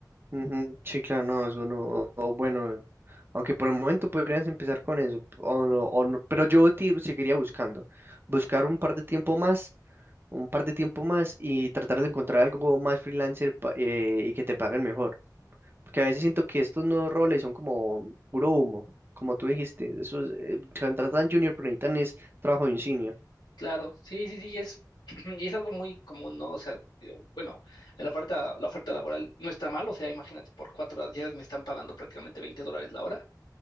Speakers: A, on the right (about 30°); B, on the left (about 80°).
A: Ujú, Sí, claro, no, eso no. O, o bueno, Aunque por el momento podrías empezar con eso, o no- o no, pero yo te seguiría buscando, buscar un par de tiempo más, un par de tiempo más y tratar de encontrar algo más freelancer pa- eh, y que te paguen mejor, porque a veces siento que estos nuevos roles son como puro humo, como tú dijiste, eso es, eh, contratan junior, pero necesitan es trabajo de un senior.
B: Claro, sí, sí, sí, y es, <clears throat> y es algo muy común, ¿no? O sea, eh, bueno, en la oferta, la oferta laboral no está mal, o sea, imagínate, por cuatro horas diarias me están pagando prácticamente 20 dólares la hora,